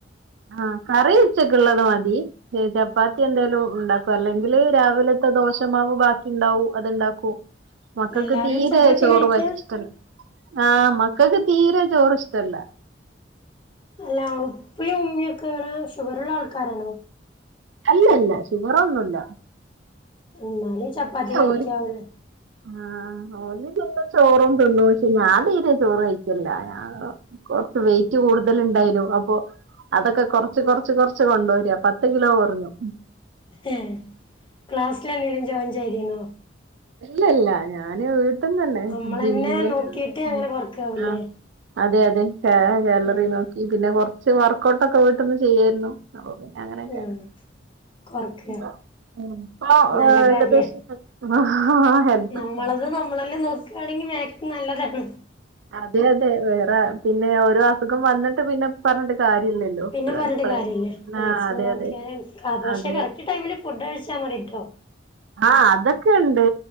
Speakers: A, on the right; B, on the left.
A: ആഹ് കറി ഉച്ചെക്ക് ഇള്ളെത് മതി ഹ് ചപ്പാത്തി എന്തെലും ഇണ്ടാക്കും അല്ലെങ്കി രാവിലത്തെ ദോശമാവ് ബാക്കി ഇണ്ടാവും അത് ഇണ്ടാക്കും മക്കക്ക്
B: എല്ലാരും
A: തീരെ
B: ചപ്പാത്തിയാ
A: ചോറ്
B: കഴിക്കാ
A: പറ്റ് ഇഷ്ട ഇല്ല ആഹ് മക്കക്ക് തീരെ ചോർ ഇഷ്ട ഇല്ല
B: അല്ല ഉപ്പിം ഉമ്മിം ഒക്കെ ഇങ്ങനെ ഷുഗെർ ഇള്ള ആൾക്കാരാണോ
A: അല്ല അല്ല ഷുഗെർ ഒന്നും ഇല്ല
B: ഇന്നാലും ചപ്പാത്തി കഴിക്കാവുലെ?
A: ഓല് ആഹ് ഓൽ പിന്നെ ചോറും തുന്നും പക്ഷെ ഞാൻ തീരെ ചോറ് വൈക്കെൽ ഇല്ലാ ആഹ് കൊർച്ച് വെയിറ്റ് കൂട്തെൽ ഇണ്ടായിനു അപ്പോ അതൊക്കെ കൊർച്ച് കൊർച്ച് കൊർച്ച് കൊണ്ടോരാ പത്ത് കിലോ കൊർഞ്ഞു
B: ഏ ക്ലാസ്സിലെല്ലും ജോയിൻ ചെയ്തിന്നോ
A: ഇല്ല ല്ല ഞാന് വീട്ട് ന്നന്നെ
B: നമ്മളന്നെ
A: ജിമ്മില്ള്ള
B: നോക്കിട്ട് അങ്ങനെ കൊറക്കാവൂല്ലേ
A: ആഹ് അതെ അതെട്ടെ ഗാലറി
B: ആഹ്
A: നോക്കി പിന്നെ കൊർ ച്ച് വർക്കഔട്ടൊ ക്കെ വീട്ടീന്ന് ചെയ്യായിർന്നു അപ്പൊ പിന്നെ അങ്ങനെക്കെ
B: ആഹ് കൊറക്ക
A: ഇപ്പൊ ഉം
B: നല്ല
A: ഏകദേശം
B: കാര്യ
A: കയ്യ്ഞ്ഞ്ക്ണോ ഹെൽ
B: നമ്മളത് നമ്മളെന്നെ നോക്കാ ണെങ്കിൽ മേക്സിമംനല്ലതാണ്
A: അതെ അതെ വേറെ പിന്നെ ഓരോ അസുഖം വന്നിട്ട് പിന്നെ പർഞ്ഞിട്ട് കാര്യല്ലല്ലോ
B: പിന്നെ പർഞ്ഞിട്ട്
A: ഇപ്പളെ
B: കാര്യല്ല മാക്സിമം
A: ആഹ് അതെ
B: നോക്കിയാല
A: അതെ
B: പക്ഷെ
A: അതെ അതെ
B: കറക്റ്റ് ടൈമില് ഫുഡ് കഴിച്ചാ മതിട്ടോ
A: ആഹ്അതൊക്കെണ്ട്